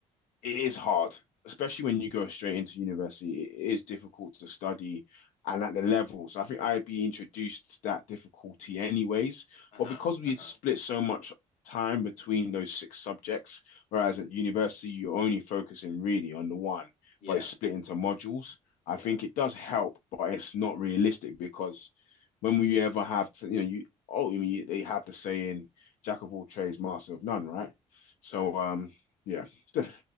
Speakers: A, on the left; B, on the left.
A: it is hard, especially when you go straight into university. It is difficult to study and at the level. So I think IB introduced that difficulty anyways.
B: Uh-huh.
A: But because we
B: Uh-huh.
A: had split so much time between those six subjects, whereas at university you're only focusing really on the one,
B: Yeah.
A: but it's split into modules. I
B: Yeah.
A: think it does help, but it's not realistic because when will you ever have to, you know, you oh, I mean, they have the saying, "Jack of all trades, master of none," right? So,
B: Sure.
A: um, yeah. <laughs>